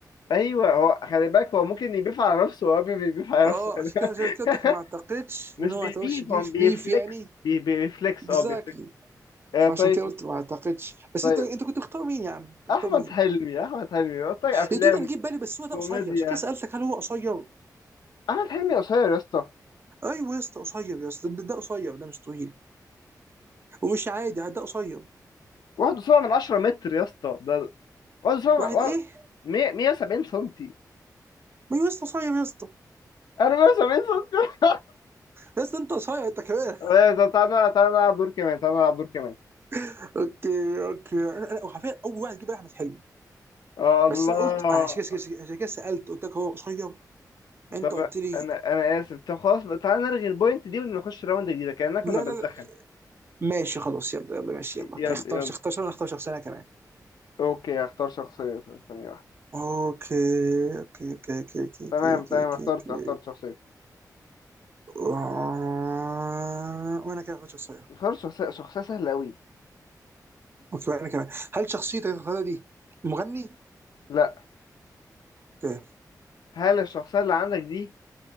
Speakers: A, on the left; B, on the right.
A: ايوه هو خلي بالك هو ممكن يبيف على نفسه وابيو بيبيف على
B: اه
A: نفسه
B: عشان كده عشان كده قلت لك ما اعتقدش
A: <laughs> مش
B: ان هو
A: بيبيف
B: هتعوش بيف
A: هو بيفليكس
B: بيف يعني
A: بي بيفليكس
B: اكزاكتلي
A: اه بيفليكس آه
B: فعشان
A: طيب
B: كده قلت ما اعتقدش بس
A: طيب
B: انت انت كنت مختار مين يا عم؟ كنت مختار
A: احمد
B: مين؟
A: حلمي احمد حلمي طيب افلام
B: يا دود انا جيت بالي بس هو ده
A: كوميديا
B: قصير عشان كده سالتك هل هو قصير؟
A: احمد حلمي قصير يا اسطى
B: ايوه يا اسطى قصير يا اسطى ده ده قصير ده مش طويل ومش عادي ده قصير
A: 1.7 من 10 متر يا اسطى ده 1.7
B: واحد ايه؟
A: 100 170 سنتي
B: ما يا اسطى قصير يا اسطى
A: انا 170 سنتي
B: يا اسطى انت قصير انت كمان
A: طيب، طب تعالى نلعب- تعالى نلعب دور كمان تعالى نلعب دور كمان
B: <laughs> اوكي اوكي انا انا وحرفيا اول واحد جه بالي احمد حلمي
A: آه، الله
B: بس انا قلت آه، عشان كده عشان كده سالت قلت لك هو قصير انت
A: طب
B: قلت لي
A: انا انا اسف طب خلاص بقى، تعالى نلغي البوينت دي ونخش راوند جديده كاننا كنا
B: لا
A: بنسخن
B: لا لا ماشي خلاص يلا يلا ماشي يلا
A: يلا
B: اوكي اختار
A: يلا
B: اختار انا اختار شخصيه انا كمان
A: اوكي هختار شخصيه ثانيه واحدة.
B: اوكي اوكي اوكي اوكي اوكي اوكي
A: تمام تمام
B: اوكي اوكي
A: اخترت
B: اوكي
A: اخترت شخصية
B: آه، وانا كده اخد شخصية
A: اخترت شخصية شخصية سهلة أوي
B: اوكي وانا كمان هل شخصيتك اللي هتختارها دي مغني؟
A: لا
B: اوكي
A: هل الشخصية اللي عندك دي